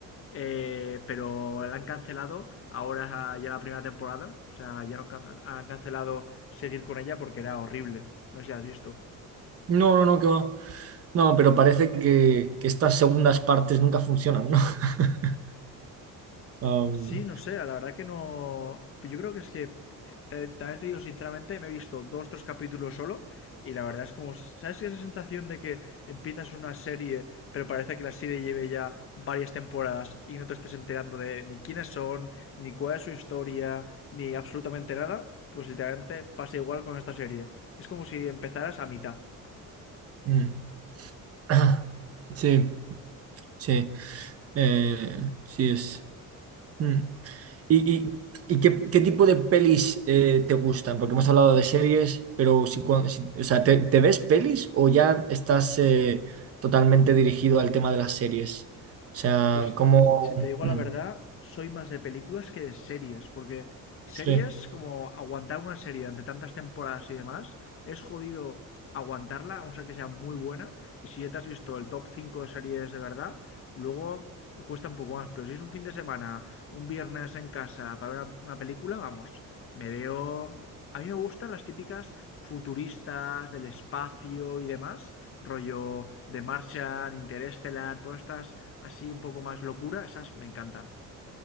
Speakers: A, on the left; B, on the right.
A: eh, pero la han cancelado ahora ya la primera temporada. O sea, ya no han, cancelado seguir con ella porque era horrible. No sé si has visto.
B: No, no, no, que va. No, pero parece que, que estas segundas partes nunca funcionan, ¿no? <laughs> Um,
A: Sí, no sé, la verdad que no. Yo creo que es que, eh, te- también te digo sinceramente, me he visto dos, tres capítulos solo y la verdad es como, ¿sabes esa sensación de que empiezas una serie, pero parece que la serie lleve ya varias temporadas y no te estés enterando de ni quiénes son, ni cuál es su historia, ni absolutamente nada? Pues literalmente pasa igual con esta serie. Es como si empezaras a mitad.
B: mm. <clears throat> Sí, sí, eh, sí es. Mm. ¿Y, y- y qué, qué tipo de pelis eh, te gustan? Porque hemos hablado de series, pero si, cua- si- o sea, ¿te, te ves pelis o ya estás eh, totalmente dirigido al tema de las series? O sea,
A: Pues si te,
B: ¿cómo?
A: si te digo
B: Mm,
A: la verdad, soy más de películas que de series, porque series,
B: sí,
A: como aguantar una serie ante tantas temporadas y demás, es jodido aguantarla, a no ser que sea muy buena, y si ya te has visto el top 5 de series de verdad, luego cuesta un poco más, pero si es un fin de semana, un viernes en casa para ver una, una película, vamos, me veo a mí me gustan las típicas futuristas del espacio y demás, rollo de Martian, Interestelar, todas estas así un poco más locura, esas me encantan.